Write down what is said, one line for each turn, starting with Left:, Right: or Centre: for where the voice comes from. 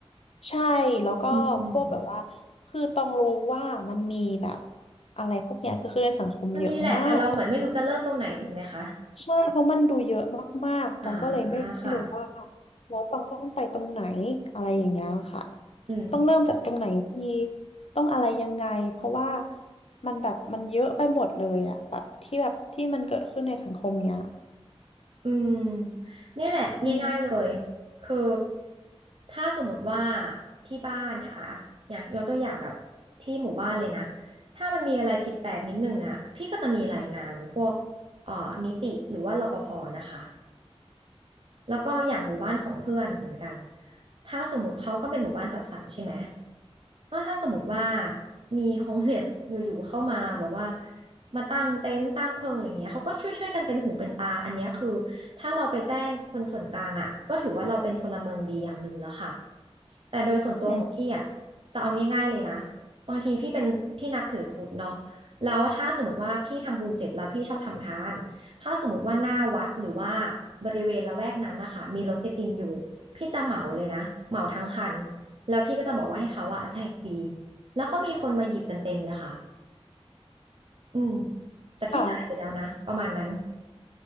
Left: ใช่แล้วก็พวกแบบว่า
Right: อืมอืม
Left: คือต้องรู้ว่ามันมีแบบอะไรพวกเนี้ยคือคือในสังคมเยอะมาก
Right: มันมีแหละแต่เราเหมือนไม่รู้จะเริ่มตรงไหนถูกไหมคะ
Left: ใช่เพราะมันดูเยอะมากๆตองก็เลยไม่รู้ว่า
Right: อ่าค่ะ
Left: แล้วตองต้องไปตรงไหนอะไรอย่างเงี้ยค่ะ
Right: อืม
Left: ต้องเริ่มจากตรงไหนดีต้องอะไรยังไงเพราะว่ามันแบบมันเยอะไปหมดเลยอะแบบที่แบบที่มันเกิดขึ้นในสังคมเนี้ย
Right: อืมเนี่ยแหละง่ายๆเลย
Left: อืม
Right: คือถ้าสมมติว่าที่บ้านถ้าอ่ะอย่างยกตัวอย่างแบบที่หมู่บ้านเลยนะถ้ามันมีอะไรผิดแปลกนิดนึงอ่ะพี่ก็จะมีรายงานพวกเอ่อนิติหรือว่ารปภนะคะแล้วก็อย่างหมู่บ้านของเพื่อนเหมือนกันถ้าสมมติเขาก็เป็นหมู่บ้านจัดสรรใช่ไหม ก็ถ้าสมมติว่ามีโฮมเลสอยู่ๆเข้ามาแบบว่ามาตั้งเต็นท์ตั้งเพิงอะไรเงี้ยเขาก็ช่วยๆกันเป็นหูเป็นตาอันเนี้ยคือถ้าเราไปแจ้งคนส่วนกลางอ่ะก็ถือว่าเราเป็นพลเมืองดีอย่างหนึ่งแล้วค่ะแต่โดยส่วนตัวของพี่อ่ะ
Left: อืม
Right: จะเอาง่ายๆเลยนะบางทีพี่เป็นพี่นับถือพุทธเนาะแล้วถ้าสมมติว่าพี่ทำบุญเสร็จแล้วพี่ชอบทำทานถ้าสมมติว่าหน้าวัดหรือว่าบริเวณละแวกนั้นนะคะมีรถไอติมอยู่พี่จะเหมาเลยนะเหมาทั้งคัน แล้วพี่ก็จะบอกว่าให้เขาอะแจกฟรีแล้วก็มีคนมาหยิบกันเต็มเลยค่ะอืมแต่พี่จ่ายไปแล้วนะประมาณนั้น
Left: ค่ะ